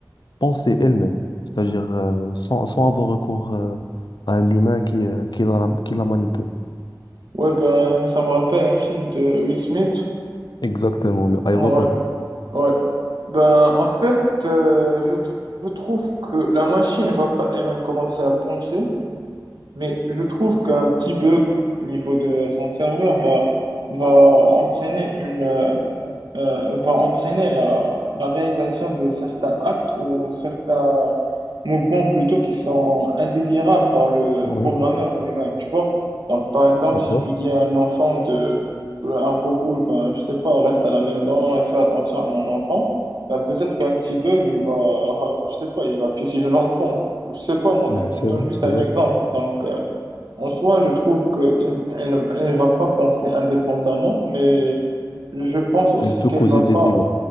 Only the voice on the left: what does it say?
penser elle-même, c'est-à-dire euh, sans, sans avoir recours euh, à un humain qui, euh, qui la, qui la manipule?
Exactement, le iRobot.
Oui,
d'accord.
Ouais,
c'est
vrai,
c'est
vrai.
Elle peut
causer
des
dégâts.